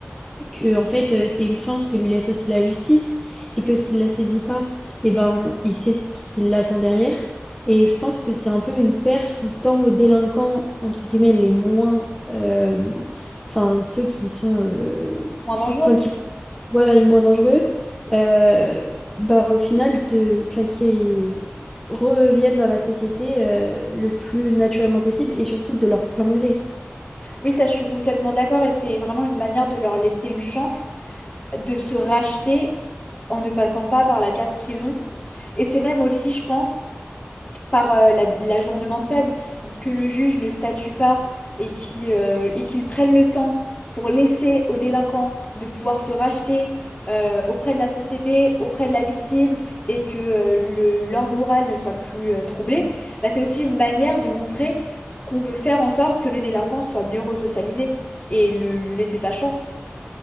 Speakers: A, in the centre; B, on the left (about 25°).
A: que en fait euh, c'est une chance que lui laisse aussi la justice et que s'il la saisit pas eh ben il sait ce qui l'attend derrière et je pense que c'est un peu une perche qu'on tend aux délinquants entre guillemets les moins euh, enfin ceux qui sont euh,
B: Moins dangereux.
A: enfin qui voilà les moins dangereux euh, bah au final de enfin qui reviennent dans la société euh, le plus naturellement possible et surtout de leur plein gré
B: Oui, ça, je suis complètement d'accord. Et c'est vraiment une manière de leur laisser une chance de se racheter en ne passant pas par la case prison. Et c'est même aussi, je pense, par euh, la- l'ajournement de peine, que le juge ne statue pas et qui, euh, et qu'il prenne le temps pour laisser au délinquant de pouvoir se racheter euh, auprès de la société, auprès de la victime, et que euh, le, l'ordre moral ne soit plus euh, troublé, bah, c'est aussi une manière de montrer qu'on veut faire en sorte que le délinquant soit mieux resocialisé et le- lui laisser sa chance.